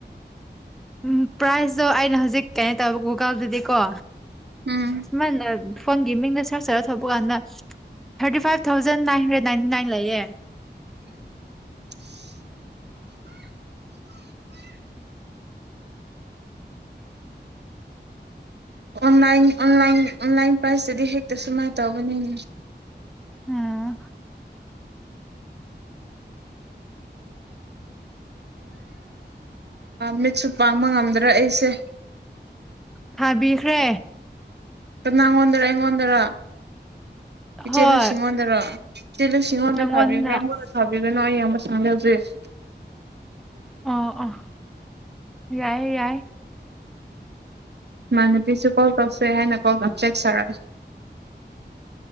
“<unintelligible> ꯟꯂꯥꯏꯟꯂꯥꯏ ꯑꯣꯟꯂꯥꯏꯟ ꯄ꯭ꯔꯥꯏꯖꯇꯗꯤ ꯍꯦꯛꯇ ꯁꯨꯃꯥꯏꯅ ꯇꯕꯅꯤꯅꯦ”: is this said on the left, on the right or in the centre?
Right